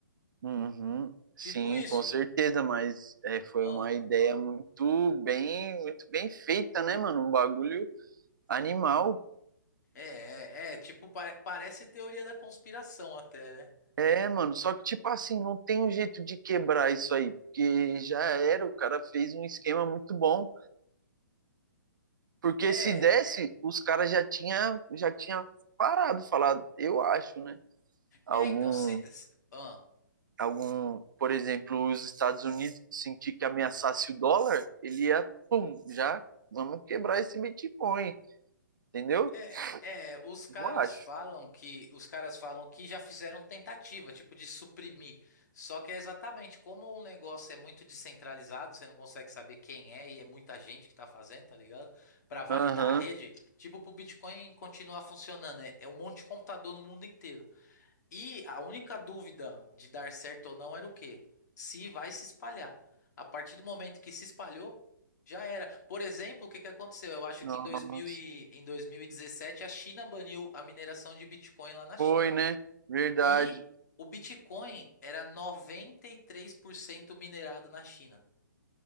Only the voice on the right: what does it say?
uhum, sim,
com certeza,
mas é, foi
uma ideia muito bem, muito bem feita, né, mano? Um bagulho animal.
É, mano, só que, tipo assim, não tem um jeito de quebrar isso aí, porque já era, o cara fez um esquema muito bom, porque
se desse, os caras já tinha, já tinha parado, falado, eu acho, né? Algum,
algum, por exemplo, os Estados Unidos sentir que ameaçasse o dólar, ele ia, pum, já vamos quebrar esse Bitcoin, entendeu?
Eu acho.
Aham.
Nossa.
Foi,
né? Verdade.